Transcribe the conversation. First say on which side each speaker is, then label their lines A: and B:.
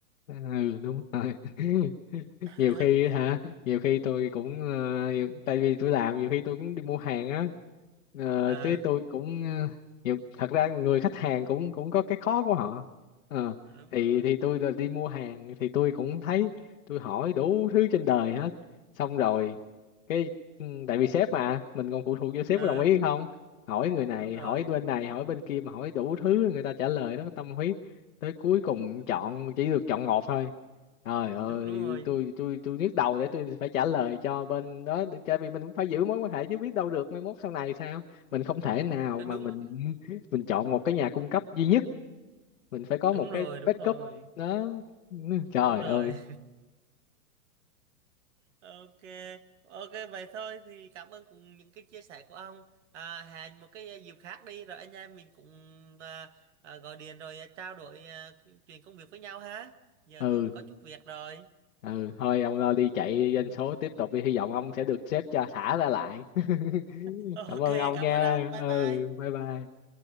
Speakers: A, on the left; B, on the right.
A: ừ đúng rồi <laughs>
B: <laughs>
A: nhiều khi hả nhiều khi tôi cũng ờ, nhiều, tại vì tôi làm nhiều khi tôi cũng đi mua hàng á Ờ,
B: ờ
A: thế tôi cũng ờ, nhiều thật ra người khách hàng cũng cũng có cái khó của họ Ờ,
B: đúng
A: thì
B: rồi
A: thì tôi là đi mua hàng thì tôi cũng thấy tôi hỏi đủ thứ trên đời hết xong rồi
B: ờ
A: cái ừ, tại vì sếp mà mình còn phụ thuộc vô sếp
B: ờ,
A: có đồng ý hay không hỏi người này
B: đúng rồi
A: hỏi bên này hỏi bên kia mà hỏi đủ thứ người ta trả lời nó có tâm huyết tới cuối cùng
B: đúng,
A: chọn chỉ được chọn một thôi trời ơi
B: chú- đúng rồi
A: tôi tôi tôi nhức đầu để tôi phải trả lời cho bên đó để- tại vì mình cũng phải giữ mối quan hệ chứ biết đâu được mai mốt sau này sao mình không thể nào
B: đúng
A: mà mình <laughs> mình chọn một cái nhà cung cấp duy nhất mình phải có
B: đúng
A: một cái
B: rồi đúng
A: backup
B: rồi
A: đó trời
B: đúng rồi
A: ơi
B: Ok, ok vậy thôi thì cảm ơn cùng những cái chia sẻ của ông. À, hẹn một cái ờ, dịp khác đi rồi anh em mình cũng à, à, gọi điện rồi ờ, trao đổi à, chuyện công việc với nhau ha. Giờ
A: ừ
B: tôi cũng có chút việc rồi.
A: ừ thôi ông lo đi chạy doanh số tiếp tục đi hy vọng ông sẽ được sếp cho thả ra lại <laughs>
B: <laughs> Ok,
A: cảm ơn ông
B: cảm
A: nha
B: ơn ông. Bye
A: ừ
B: bye.
A: bye bye